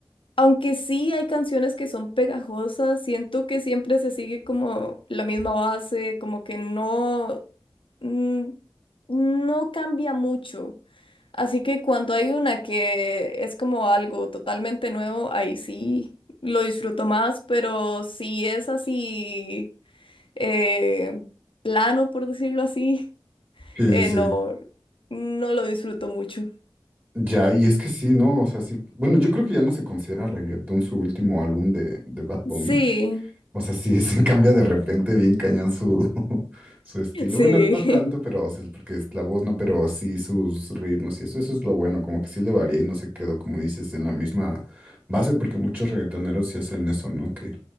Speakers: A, on the left; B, on the right.
A: Aunque sí hay canciones que son pegajosas, siento que siempre se sigue como la misma base, como que no, mm, no cambia mucho. Así que cuando hay una que es como algo totalmente nuevo, ahí sí lo disfruto más, pero si es así eh, plano, por decirlo así, <laughs>
B: Sí,
A: eh,
B: sí, sí.
A: no, no lo disfruto mucho.
B: Ya, y es que sí, ¿no? O sea, sí. Bueno, yo creo que ya no se considera reggaetón su último álbum de, de Bad Bunny.
A: Sí,
B: O sea, sí, <laughs> se cambia de repente bien cañón su, <laughs> su estilo.
A: sí,
B: Bueno, no tanto, pero, o sea, porque es la voz, ¿no? Pero sí sus ritmos y eso, eso es lo bueno, como que sí le varía y no se quedó, como dices, en la misma base, porque muchos reggaetoneros sí hacen eso, ¿no? Que